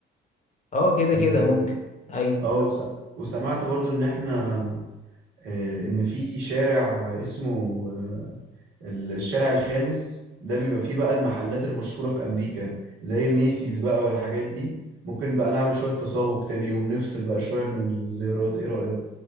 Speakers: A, on the left; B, on the right.
A: أه كده
B: و...
A: كده ممكن أيوة
B: اه وس... وسمعت برضو إن إحنا آه، إن في شارع اسمه آه، الشارع الخامس ده بيبقى فيه بقى المحلات المشهورة في أمريكا زي ميسيز بقى والحاجات دي ممكن بقى نعمل شوية تسوق تاني يوم نفصل بقى شوية من الزيارات إيه رأيك؟